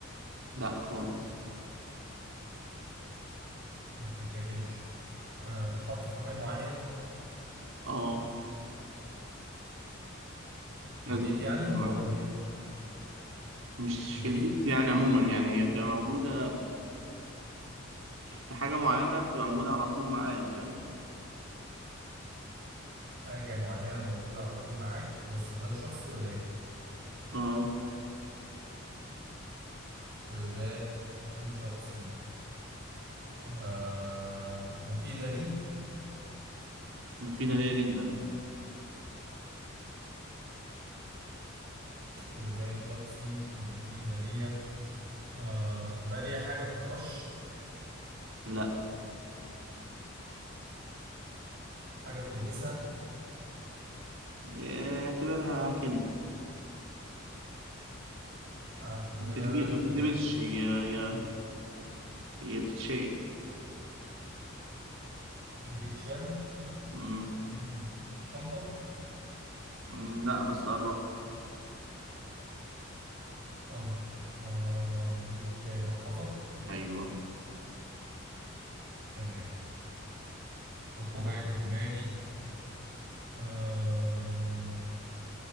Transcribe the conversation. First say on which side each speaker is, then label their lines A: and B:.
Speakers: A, on the right (about 85°); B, on the right (about 60°).
A: لا خالص
B: ما بتتاكلش آه بتتحط في مكان معين
A: اه
B: في
A: لازم
B: البيت
A: تكون
B: يعني
A: في
B: ولا
A: معاك
B: بره البيت
A: مش
B: اللي
A: في البيت
B: ايه
A: يعني عموما يعني هي بتبقى موجودة في حاجة معينة بتبقى موجودة على طول معاك يعني
B: حاجة معينة موجودة على طول معاك هو استخدام شخصي ولا ايه
A: اه
B: استخدام شخصي آه مفيدة ليك
A: مفيدة ليا جدا
B: استخدام شخصي ومفيدة ليا آه طب هل هي حاجة بتترش
A: لا
B: حاجة بتلبسها
A: إيه، اعتبرها كده
B: اعتبرها
A: ما تتلبس-
B: كده
A: ما تتلبسش هي هي هي بتتشيل
B: بتتشال
A: مم.
B: مم. شنطة
A: مم، لا بس قربت
B: شنطة آه بتتشال محفظة
A: ايوه
B: تمام احط حاجة في دماغي أه...